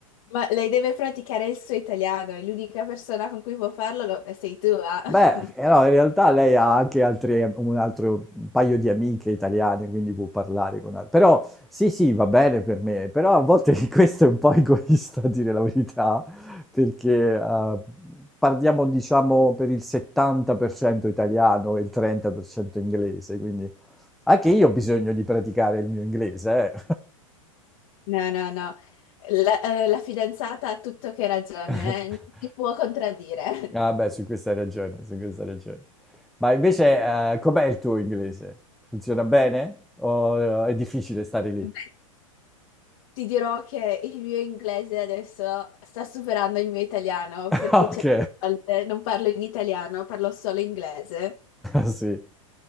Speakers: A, on the left; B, in the centre.
A: Ma lei deve praticare il suo italiano e l'unica persona con cui può farlo lo- eh, sei tu, ah. <laughs>
B: Beh, eh no, in realtà lei ha anche altri- un altro un paio di amiche italiane, quindi può parlare con altre. Però sì, sì, va bene per me, però a volte <laughs> questo è un po' egoista, a dire la verità, perché eh, parliamo, diciamo, per il 70% italiano e il 30% inglese, quindi anche io ho bisogno di praticare il mio inglese, eh.
A: No, no, no. La, eh, la fidanzata ha tutto che ragione,
B: <laughs>
A: eh, Non ti può contraddire.
B: Ah beh, su questa hai ragione, su questa hai ragione. Ma invece, eh, com'è il tuo inglese? Funziona bene? O eh, è difficile stare lì?
A: <laughs> Beh,
B: <laughs>
A: ti dirò che il mio inglese adesso sta superando il mio italiano
B: Ah,
A: perché certe
B: ok.
A: volte non parlo in italiano, parlo solo inglese.
B: <laughs> Sì.